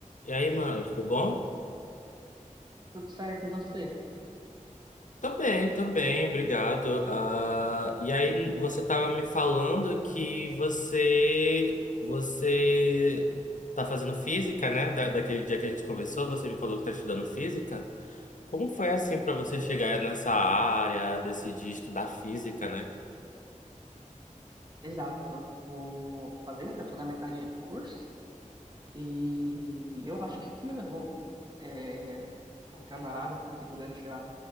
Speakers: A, on the left; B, on the right.
A: E aí, mano, tudo bom?
B: Tudo certo, e você?
A: Tô bem, tô bem, obrigado. Ah, e aí, você tava me falando que você você tá fazendo física, né? Da, daquele dia que a gente conversou, você me falou que tá estudando física. Como foi assim pra você chegar nessa área, decidir estudar física, né?
B: Exato. Tô fazendo, já tô na metade do curso. E eu acho que o que me levou é, a entrar na área, porque durante a-